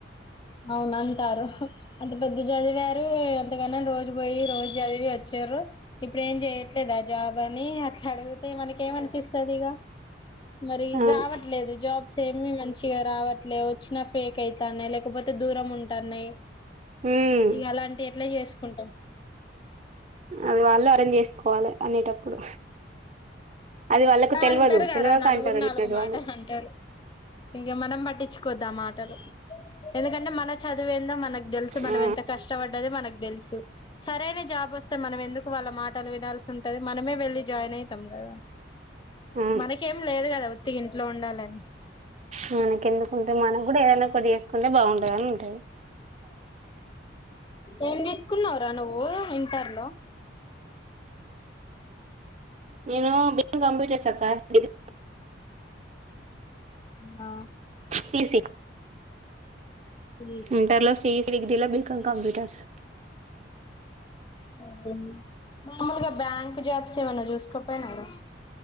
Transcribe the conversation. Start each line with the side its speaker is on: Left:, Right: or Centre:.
Left: అవును, అంటార్రు. అంత పెద్ద చదివే టె ఎంతగన్నన్ రోజు పోయి రోజు చదివి వచ్చిర్రు, ఇప్పుడు ఏం చేయట్లేదా జాబ్ అని. అట్లా అడిగితే మనకేమనిపిస్తదిగ? మరి,
Right: అవును
Left: రావట్లేదు జాబ్స్ ఏమి. మంచిగా రావట్లే, ఒచ్చిన పేక్ అయి తానై. లేకపోత్ దూరం ఉంటన్నాయి,
Right: మ్మ్
Left: ఇగ అలాంటియి ఎట్లా చేస్ అంటా.
Right: అగో ఆళ్ళే అరేంజ్ చేసుకోవాలె, అనేటప్పుడు అది వాళ్ళకు తెల్వదు
Left: అంటరు కదరా
Right: తెల్వక
Left: నలుగురు
Right: అంటారు అన్నట్టు
Left: నాలుగు మాటలు
Right: వాళ్ళు
Left: అంటరు. ఇంక మనం పట్టించుకోవద్దామాటలు. ఎందుకంటే, మన చదువెందో మనక్ తెలుసు, మనం
Right: ఆ
Left: ఎంత కష్ ట్ట పడ్డది మనకు తెలుసు, సరైన జాబోస్ త్తె మనం ఎందుకు వాళ్ళ మాటలు వినాల్సి ఉంటది? మనమే వెళ్లి జాయిన్ అయి తం గదా.
Right: ఆ
Left: మనకేం లేదు కదా, వోత్ ప్రతి ఇంట్లో ఉండాలది
Right: మనకు ఎందుకుంటాది మనకు కూడా ఏదైనా కొద్దిగా ఎసుకున్నా బాగుండు బానే అంటాయ
Left: ఏం తీసుకున్నావురా నువ్వు ఇంటర్ లో
Right: నేను బి. కాం కంప్యూటర్స్ అక్క ఎ <inaudible>
Left: ఆ
Right: సి సి
Left: బీఎడ్
Right: ఇంటర్ లో C E C degree B com computers
Left: ఆ <inaudible> మామూలుగా బ్యాంక్ జాబ్స్ ఏవన్నా చూసు కొప్పెనార